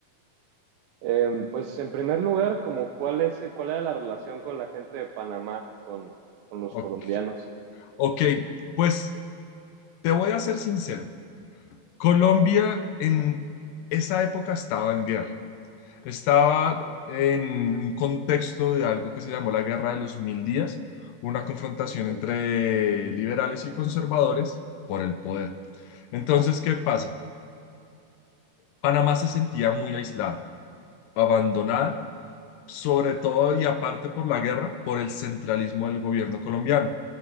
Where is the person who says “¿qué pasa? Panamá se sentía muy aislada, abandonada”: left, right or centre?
Left